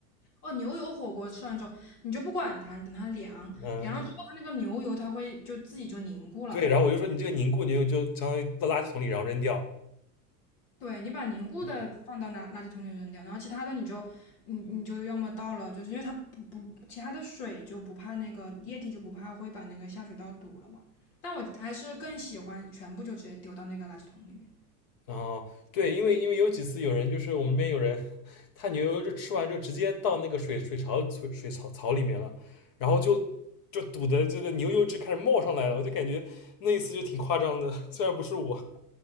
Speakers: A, on the left; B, on the left.
A: 哦，牛油火锅吃完之后，你就不管它，你等它凉，
B: <laughs> 嗯，
A: 凉了之后它那个牛油它会就自己就凝固了。
B: 对，然后我就说你这个凝固牛油就相当于到垃圾桶里，然后扔掉。
A: 对，你把凝固的放到垃垃圾桶里扔掉，
B: 嗯。
A: 然后其他的你就你你就要么倒了，就是因为它不不其他的水就不怕那个液体就不怕会把那个下水道堵了嘛。但我还是更喜欢全部就直接丢到那个垃圾桶里面。
B: 哦，对，因为因为有几次有人就是我们那边有人，<laughs> 他牛油就吃完就直接到那个水水槽水水槽槽里面了，然后就就堵的这个牛油汁开始冒上来了，我就感觉那一次就挺夸张的，<laughs> 虽然不是我，